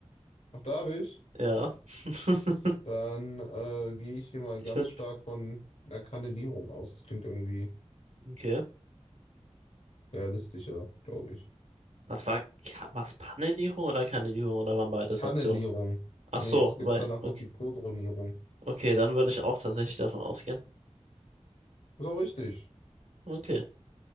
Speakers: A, on the left; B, on the right.
A: Auch da will ich.
B: Ja. <laughs>
A: Dann äh, gehe ich hier mal
B: Ich
A: ganz
B: würde,
A: stark von einer Kannelierung aus. Das klingt irgendwie
B: okay.
A: realistischer, glaube ich.
B: Was war, Ka- Panelierung oder Kandidierung oder waren beides
A: Kannelierung.
B: Optionen? Ach
A: Nee,
B: so,
A: es gibt
B: weil,
A: danach
B: okay.
A: noch die Kodronierung.
B: Okay, dann würde ich auch tatsächlich davon ausgehen.
A: Ist auch richtig.
B: Okay.